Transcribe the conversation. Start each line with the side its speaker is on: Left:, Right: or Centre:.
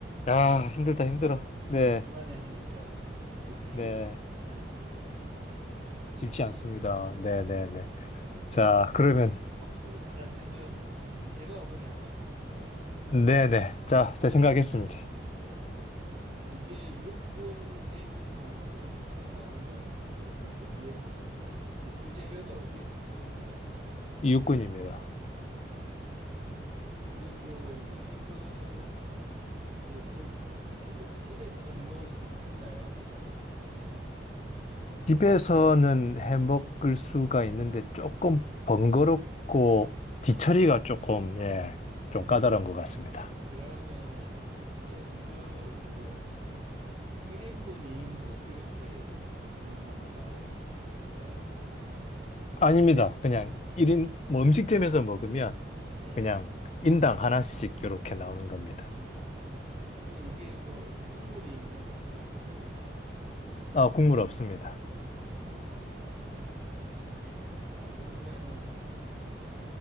Left: 야, 힘들다, 힘들어.
Right: 뭐 이렇게
Left: 네,
Right: 오랜만에 하니까 옛 기억을
Left: 네.
Right: 되살리기가 쉽지는 않은 것 같습니다.
Left: 쉽지 않습니다. 네,
Right: 네.
Left: 네, 네.
Right: 그러면
Left: 자, 그러면,
Right: 음- 음식을 하나 생각하시면 제가 이번에 한번 맞춰볼까요?
Left: 네, 네. 자, 제 생각했습니다.
Right: 네. 이게 육군, 해군, 공군으로 크게 나누면 어디 어디에 속 속- 그 주재료가 어디에 속합니까?
Left: 육군입니다.
Right: 육군. 그리고 이제 이거를 저, 집에 집에서도 해 먹을 수 있나요?
Left: 집에서는 해 먹을 수가 있는데 조금 번거롭고
Right: 아,
Left: 뒤처리가 조금, 예,
Right: 예.
Left: 좀 까다로운 것 같습니다.
Right: 그러면은 예, 이거는 그 1인분, 2인분 이렇게 주문하면 나오는 건가요?
Left: 아닙니다. 그냥 일인뭐 음식점에서 먹으면
Right: 네.
Left: 그냥 인당 하나씩 이렇게 나오는 겁니다.
Right: 그러니까 그러면 이게 뭐 어떤 국물이 있는 탕 같은 겁니까?
Left: 아, 국물 없습니다.
Right: 국물은 없다. 아, 그러면은